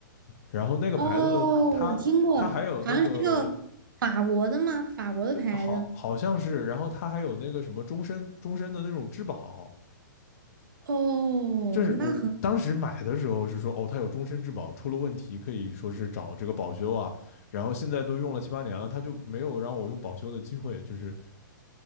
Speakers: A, on the left; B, on the right.
A: 然后那个牌子它它还有那个
B: 哦，我听过，好像是个法国的吗？法国的牌子。
A: 对，好好像是，然后它还有那个什么终身终身的那种质保，
B: 哦，
A: 这是我当时买的时候是说哦，
B: 那很
A: 它有终身质保，出了问题可以说是找这个保修啊，然后现在都用了七八年了，它就没有让我用保修的机会，就是。